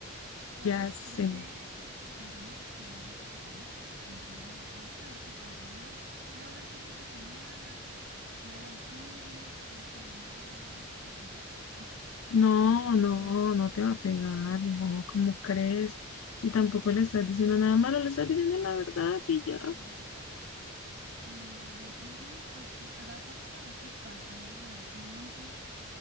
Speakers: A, on the right; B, on the left.
A: sea,
B: ya
A: eso es lo
B: sé,
A: que yo pienso y mis compañeras, pero ella como que no. Entonces, vamos a ver qué pasa. Voy a, voy a hablar con ella mañana, voy a decirle, espero que no me vaya a pegar <laughs>
B: no,
A: por ahí a tirarme,
B: no, no te va a pegar, no, ¿cómo crees? Si tampoco le estás diciendo nada malo, le estás diciendo la verdad
A: <laughs>
B: y
A: la
B: ya.
A: verdad. Sí, decirle, pues esperar, vamos a ver qué pasa, vamos a ver qué dice.